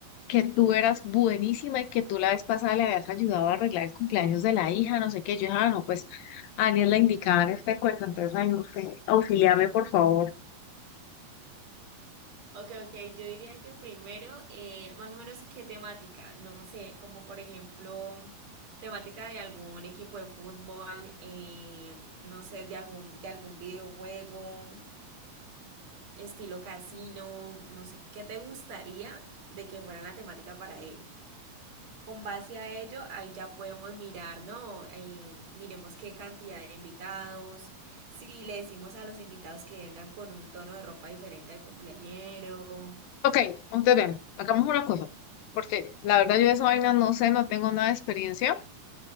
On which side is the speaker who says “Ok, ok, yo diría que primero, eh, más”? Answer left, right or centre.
Right